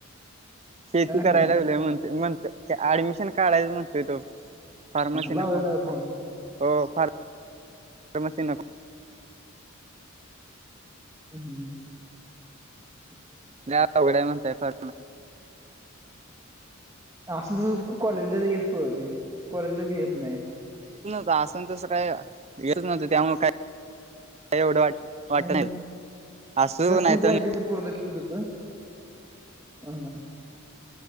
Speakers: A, on the right; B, on the right.
A: शेती
B: ह
A: करायला गेलय म्हणते म्हणत ऍडमिशन काढायच म्हणतोय तो फार्माशीी
B: लावलेला
A: नको हो
B: फोन
A: फार म ना.
B: हम्म ह.
A: नाहीघडाय म्हणताय फार
B: असून तर कॉलेजला येतोी कॉलेजला भी येत नाही.
A: आन तसं काय येतच नव्हतं त्यामुळे काय एवढं वाट वाटत
B: हम्
A: नाही असू
B: जस
A: नाही तर
B: ते्या आहे कस पर दखीलच होत. हम